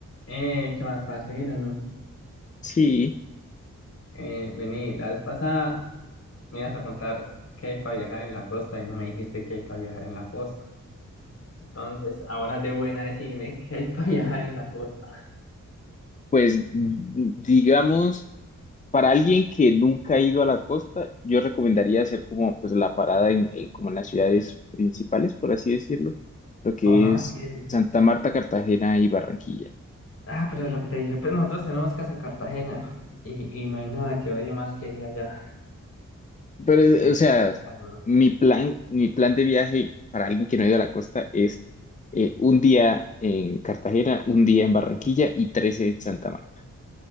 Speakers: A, on the left; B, on the left.
A: Eh, ¿qué más, parce? ¿Bien o no?
B: Sí,
A: Eh, vení, la vez pasada me ibas a contar qué hay para viajar en la costa y no me dijiste qué hay para viajar en la costa. Entonces, ahora de buena decime <laughs> qué hay para viajar en la costa.
B: pues mm, digamos, para alguien que nunca ha ido a la costa, yo recomendaría hacer como pues la parada en, en- como en las ciudades principales, por así decirlo, lo que
A: Ajá,
B: es
A: que...
B: Santa Marta, Cartagena y Barranquilla.
A: Ah, pero lo que te dije, pues nosotros tenemos casa en Cartagena y, y no hay nada que odie más que ir allá,
B: Pero, eh,
A: porque...
B: o sea,
A: Qué calor.
B: mi plan, mi plan de viaje para alguien que no ha ido a la costa es eh, un día en Cartagena, un día en Barranquilla y tres en Santa Marta.